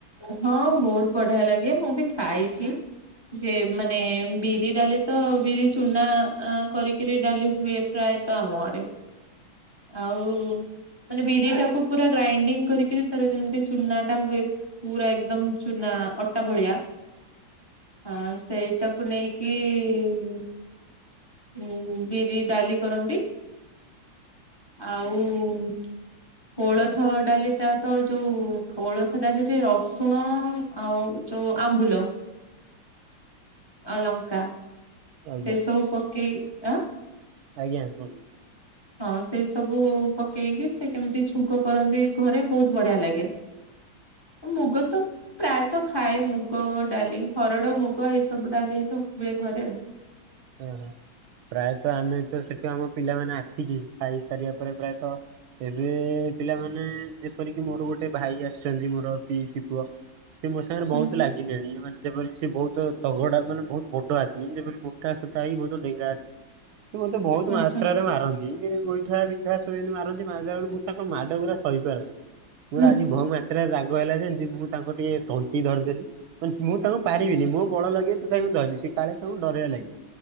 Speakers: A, on the left; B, on the right.
A: ହଁ ବହୁତ ବଢିଆ ଲାଗେ। ମୁଁ ବି ଖାଇଛି। ଯେ ମାନେ ବିରି ଡାଲି ତ ବିରି ଚୁନା ଆ କରିକିରି ଡାଲି ହୁଏ। ପ୍ରାୟତଃ ଆମ ଘରେ। ଆଉ-ଉ-ଉ ମାନେ ବିରି ଟାକୁ ପୁରା ଗ୍ରାଇଣ୍ଡିଙ୍ଗ କରିକିରି ତାର ଯେମତି ଚୁନା ଟା ହୁଏ। ପୁରା ଏକଦମ ଚୁନା ଅଟା ଭଳିଆ। ହଁ ସେଇଟାକୁ ନେଇକି-ଇ-ଇ-ଇ ଉ-ଉ-ଉ ବିରି ଡାଲି କରନ୍ତି। ଆଉ-ଉ-ଉ-ଉ କୋଳଥ ଡାଲିଟା ତ ଯୋଉ କୋଳ ଥ ଡାଲିରେ ରସୁଣ-ଅ-ଅ ଆଉ ଯଉ ଆମ୍ବୁଲ, ଅ ଲଙ୍କା
B: ଆଜ୍ଞା
A: ସେ ସବୁ ପକେଇ ଆ
B: ଆଜ୍ଞା କୁହନ୍ତୁ।
A: ହଁ ସେଇ ସବୁ ପକେଇକି ସେ କେମିତି ଛୁଙ୍କ କରନ୍ତି ଘରେ ବହୁତ ବଢ଼ିଆ ଲାଗେ। ମୁଗ ତ ପ୍ରାୟତଃ ଖାଏ ମୁଗ ଡାଲି, ହରଡ, ମୁଗ ଏଇସବୁ ଡାଲି ତ ହୁଏ ଘରେ।
B: ହଁ ପ୍ରାୟତଃ ଆମେ ତ ସେଠୁ ଆମ ପିଲାମାନେ ଆସିକି ଖାଇସାରିବା ପରେ ପ୍ରାୟତ ଏବେ-ଏ-ଏ-ଏ ପିଲାମାନେ ଯେପରିକି ମୋର ଗୋଟେ ଭାଇ ଆସିଛନ୍ତି ମୋର ପିଇସିି ପୁଅ ସେ ମୋ ସାଙ୍ଗରେ ବହୁତ
A: ହୁଁ ହୁଁ
B: ଲାଗିଲେଣି ମାନେ ଯେପରି ସେ ବହୁତ ତଗଡା ମାନେ ବହୁତ ବଡ ଆଦମି ଯେପରି ମୋ ମୋଟା ସୁଟା ହେଇ ବହୁତ ଡେଙ୍ଗା ଆଦ ସେ ମୋତେ ବହୁତ ମାତ୍ରାରେ
A: ଆଚ୍ଛା
B: ମାରନ୍ତି। ସିଏ ଗୋଇଠା, ବିିଧା ସବୁ ଏମିତି ମାରନ୍ତି ମାରିଲା ବେଳକୁ ମୁଁ ତାଙ୍କ ମାଡ ଗୁୁରା ସହିପାରେନି। ମୋର
A: ହୁଁ
B: ଆଜି ବହୁ ମାତ୍ରାରେ ରାଗ ହେଲା ଯେମିତି ମୁଁ ତାଙ୍କ ଟିକେ ତଣ୍ଟି ଧରିଦେଲି। କ ମୁଁ ତାଙ୍କୁ ପାରିବିନି ମୁଁ ବଳ ଲଗେଇ ତଥାପି ମୁଁ ଧରିଲି ସିଏ କାଳେ ତାଙ୍କୁ ଡରାଇବା ଲାଗି।